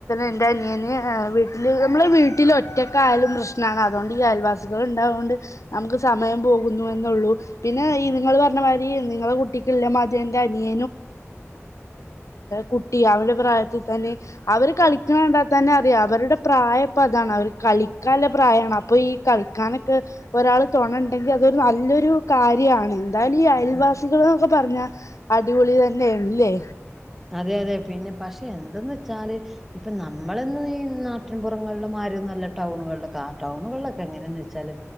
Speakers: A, on the left; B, in the centre.
A: എൻ്റെഅനിയൻവീട്ടില് നമ്മുലൊരു വീട്ടില് ഒറ്റക്കായാലുംപ്രശ്നണ്അതുകൊണ്ട്ഈയൽവാസികൾഇണ്ടായോണ്ട് നമുക്ക് സമയം പോകുന്നു എന്നുള്ളു പിന്നെ ഈ നിങ്ങൾ പറഞ്ഞ മാതിരി നിങ്ങളെകുട് ട്ടിക്ള്ളമാതിം, എന്റെഅനിയേനുംഉണ്ട്അപ്പുറത്തൊരുഎ കുട്ടിഅവടെപ്രായത്തിൽതന്നെഅവര്കളിക്കണണ്ടാതന്നെഅറിയാംഅവരുടെപ്രായംഇപ്പൊഅതാണ്അവർകളിക്കല്ലപ്രായണ്അപ്പൊഈകളിക്കാനൊക്കെ ഒരാള് തോണണ്ടെങ്കി അതൊരു നല്ലൊരു കാര്യാണ് ദാലി അയൽവാസികളും
B: ആ
A: ക്കെ പറഞ്ഞ അടിപൊളി തന്നെയണ് ല്ലേ?
B: അതെ അതെ പിന്നെ പക്ഷെ എന്തെന്ന്ച്ചാല് ഇപം നമ്മളന്ന ഈ നാട്ടിൻ പുറങ്ങളിൽ മാരി ഒന്നല്ല ടൗണുകളിലൊക്കെ ആ ടൗണുകളിലൊക്കെ എങ്ങനെന്ന് വെച്ചാല്